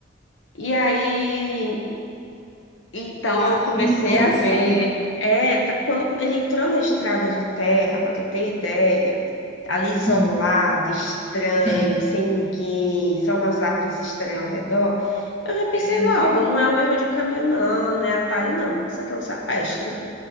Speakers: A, on the left; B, on the left.
A: E aí, então
B: Imagino
A: eu comecei
B: todo
A: a
B: o seu
A: ver.
B: medo.
A: É, tá- quando ele entrou na estrada de terra, para tu ter ideia, ali isolado,
B: Hum,
A: estranho,
B: sim,
A: sem ninguém, só umas árvores estranhas ao redor, eu já pensei
B: meu
A: logo,
B: Deus.
A: não é um erro de caminho, não, não é atalho, não. Isso aqui é um sequestro.